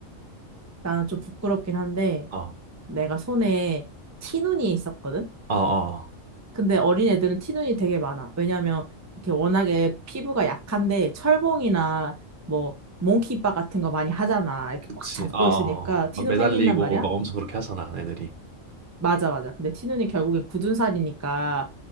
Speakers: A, on the right (about 25°); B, on the right (about 45°).
A: 나는 좀 부끄럽긴 한데
B: 아,
A: 내가 손에 티눈이 있었거든.
B: 아, 아.
A: 근데 어린 애들은 티눈이 되게 많아. 왜냐면 이렇게 워낙에 피부가 약한데 철봉이나 뭐 몽키바 같은 거 많이 하잖아. 이렇게
B: 그치.
A: 꽉 잡고
B: 아, 아,
A: 있으니까
B: 아.
A: 티눈
B: 막 매달리고
A: 생긴단 말이야.
B: 막 엄청 그렇게 하잖아, 애들이.
A: 맞아, 맞아. 근데 티눈이 결국엔 굳은 살이니까